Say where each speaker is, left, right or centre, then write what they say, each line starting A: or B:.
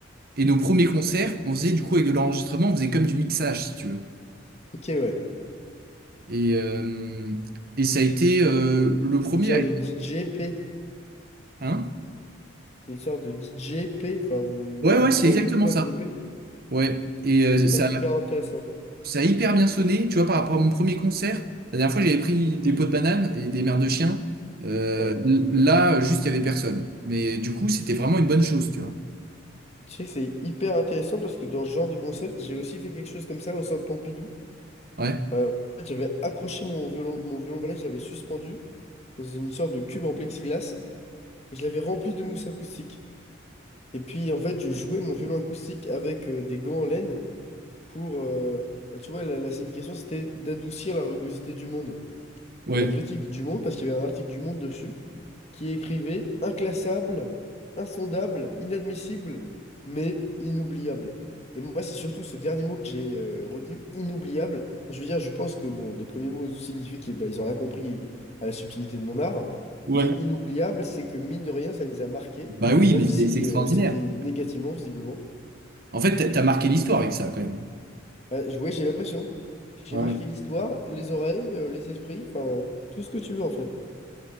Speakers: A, on the right; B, on the left.
A: Et nos premiers concerts, on faisait du coup avec de l'enregistrement, on faisait comme du mixage, si tu veux.
B: Ok, ouais.
A: Et, euh, et ça a été euh, le premier
B: C'est une sorte
A: à...
B: de DJP.
A: Hein?
B: C'est une sorte de DJP. Enfin, vous...
A: Ouais,
B: c'est
A: ouais,
B: du
A: c'est
B: son
A: exactement
B: électro
A: ça.
B: avec vos P.
A: Ouais, et euh, ça,
B: Putain, hyper intéressant.
A: ça a hyper bien sonné, tu vois, par rapport à mon premier concert. La dernière fois, j'avais pris des pots de bananes et des mères de chiens. Euh,
B: Ouais.
A: l- là, juste, il y avait personne. Mais du coup, c'était vraiment une bonne chose, tu vois.
B: Et tu sais que c'est hyper intéressant parce que dans ce genre de concept, j'ai aussi fait quelque chose comme ça au centre Pompidou.
A: Ouais.
B: Euh, en fait, j'avais accroché mon violon, mon violon balai, je l'avais suspendu dans une sorte de cube en plexiglas et je l'avais rempli de mousse acoustique. Et puis en fait, je jouais mon violon acoustique avec euh, des gants en laine pour, euh, bah, tu vois, la, la signification c'était d'adoucir la rugosité du monde.
A: Ouais,
B: Et la critique du Monde, parce qu'il y avait un article du Monde dessus, qui écrivait Inclassable, insondable, inadmissible, mais inoubliable. Et moi, c'est surtout ce dernier mot que j'ai euh, retenu, inoubliable. Enfin, je veux dire, je pense que bon, les premiers mots signifient qu'ils ils ont rien compris à la subtilité de mon art,
A: ouais.
B: mais inoubliable, c'est que mine de rien, ça les a marqués,
A: Bah oui,
B: même
A: mais
B: si
A: c'est c'est extraordinaire.
B: euh, c'était négativement, visiblement.
A: En fait, t'as t'as marqué l'histoire avec ça, quand même.
B: Euh, je- ouais, j'ai l'impression. J'ai
A: Ouais.
B: marqué l'histoire, les oreilles, euh, les esprits, enfin, tout ce que tu veux en fait.